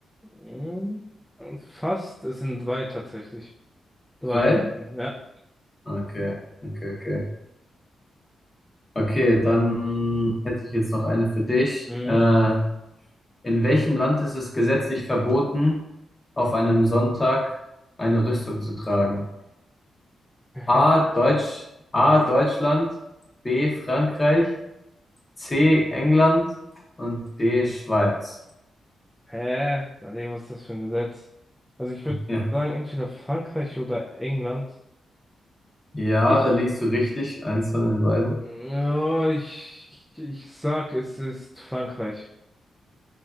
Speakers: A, in the centre; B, on the left (about 25°).
A: Hm, fast, es sind drei tatsächlich. Drei
B: drei?
A: Herzen, ja.
B: Okay, okay, okay. Okay, dann hätte ich jetzt noch eine für dich.
A: Mhm.
B: Äh, in welchem Land ist es gesetzlich verboten, auf einem Sonntag eine Rüstung zu tragen?
A: Hä?
B: A. Deutsch, A. Deutschland, B. Frankreich, C. England und D. Schweiz.
A: Hä? Überleg, was ist das für ein Gesetz? Also ich würde
B: Ja.
A: sagen, entweder Frankreich oder England.
B: Ja,
A: Ich,
B: da liegst du richtig, eins von den beiden.
A: ja, ich, ich sag, es ist Frankreich.